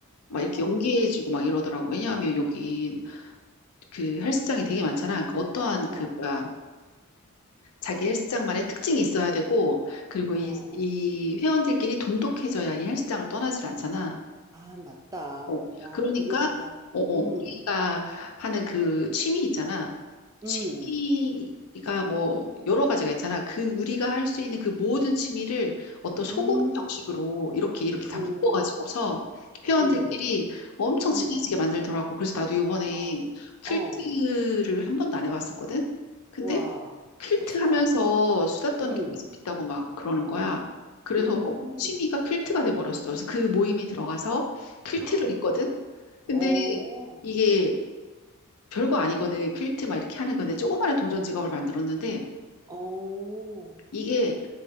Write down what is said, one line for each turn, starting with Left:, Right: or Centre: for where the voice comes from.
Left: 막
Right: 아.
Left: 이렇게 연계해주고 막 이러더라고. 왜냐하면 여기 그 헬스장이 되게 많잖아. 그러니까 어떠한
Right: 어.
Left: 그 뭐야 자기 헬스장만의 특징이 있어야 되고 그리고
Right: 어.
Left: 이, 이 회원들끼리 돈독해져야 이 헬스장을 떠나질 않잖아.
Right: 아, 맞다.
Left: 어,
Right: 와,
Left: 그러니까,
Right: 되게 진짜.
Left: 어, 어,
Right: 음.
Left: 우리가 하는 그 취미 있잖아.
Right: 음.
Left: 취미가 뭐, 여러 가지가 있잖아. 그, 우리가 할 수 있는 그 모든 취미를 어떤 소그룹
Right: 음.
Left: 형식으로 이렇게, 이렇게 다
Right: 음.
Left: 묶어가지고서 회원들끼리
Right: 음.
Left: 엄청 친해지게
Right: 음.
Left: 만들더라고. 그래서 나도 이번에
Right: 어.
Left: 퀼트를
Right: 어.
Left: 한 번도 안 해봤었거든? 근데
Right: 와.
Left: 퀼트
Right: 멋있다.
Left: 하면서 수다 떠는
Right: 음.
Left: 게 되게 재밌다고 막 그러는 거야. 그래서
Right: 음.
Left: 취미가 퀼트가 돼버렸어. 그래서 그 모임에 들어가서 퀼트를
Right: <gasps>
Left: 했거든.
Right: 어.
Left: 근데
Right: 어.
Left: 이게 별거 아니거든. 퀼트 막 이렇게 하는 건데 조그마한 동전 지갑을 만들었는데
Right: 어.
Left: 이게